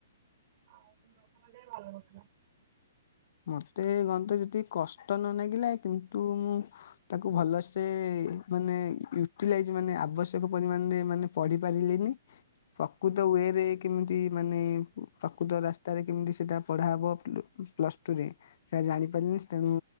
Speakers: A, on the right; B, on the left.
A: ଆଉ ସେ ଦଶମ ଯାଏ ଘରେ ରହୁଥିଲା।
B: ମତେ ଗଣିତ ଯେତିକି କଷ୍ଟ ନ ଲାଗିଲା କିନ୍ତୁ ତାକୁ ଭଲସେ ମାନେ ୟୁଟିଲାଇଜ ମାନେ ଆବଶ୍ୟକ ପରିମାଣରେ ମାନେ ପଢି ପାରିଲିନି। ପ୍ରକୃତ ୱେରେ କେମିତି ମାନେ ପ୍ରକୃତ ରାସ୍ତାରେ କେମିତି ସେଟା ପଢାହବ। ପ୍ଲସ ଟୁ ରେ ସେଟା ଜାଣିପାରିଲିନି ତେଣୁ